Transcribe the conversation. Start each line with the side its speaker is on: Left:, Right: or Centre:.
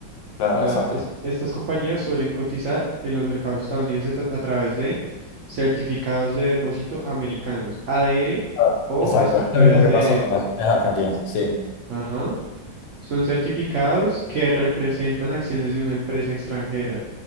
Left: Claro,
Right: O sea,
Left: exacto.
Right: es- estas compañías suelen cotizar en los mercados estadounidenses a, a través de certificados de depósito americanos, ADR
Left: Ah,
Right: o
Left: Exacto,
Right: estructuras
Left: es lo mismo que
Right: de...
Left: pasa con las estrellas argentinas, sí,
Right: Ajá. Son certificados que representan acciones de una empresa extranjera,